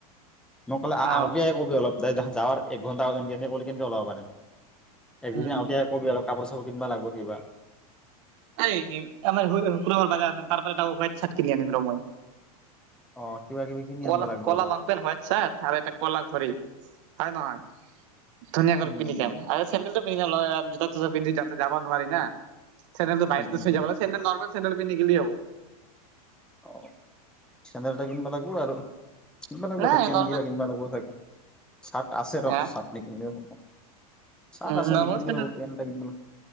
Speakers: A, in the centre; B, on the right.
A: মই ক'লে
B: অ
A: আগে কবি অলপ যাৱাৰ এক ঘণ্টালে কেনেকে ওলাব পাৰিম। এক
B: উম
A: দুদিন আগতিয়াই কবি আৰু কাপোৰ চাপোৰ কিনবা লাগিব কিবা।
B: এই শুকবাৰ বাজাৰ আছে তাৰ পৰা এটা হোৱাইট চাৰ্ট কিনি আনিম ৰ ময়
A: অ কিবা কিবি কিনি
B: কলা
A: আনিব লাগব
B: - কলা
A: অলপ।
B: লং পেণ্ট হোৱাইট চাৰ্ট আৰু এটা কলা ঘড়ী হয় নহয়। ধুনীয়াকৈ
A: উম
B: পিন্ধি যাম আৰু চেণ্ডেলটো পিন্ধি আৰু জোতা তোতা পিন্ধি যাতে যাব নোৱাৰি না। চেণ্ডেলটো বাহিৰতে
A: উম উম
B: থৈ যাব লাগে, চেণ্ডেল নৰ্মেল চেণ্ডেল পিন্ধি গেলিয়ে হব।
A: অ', চেণ্ডেল এটা কিনবা লাগব আৰু। কিনিবা লাগিব
B: নাই
A: এতিয়া পেন
B: নৰ্মেল
A: কিবা কিনিবা লাগিব চাগে, চাট আছে ন
B: হা
A: চাৰ্ট নিকিনিলেও হ'ব। চাট
B: উম
A: আছে
B: নৰ্মেল
A: নিকিনিলেও
B: চেন্দেল
A: হ'ব পেন এটা কিনিব,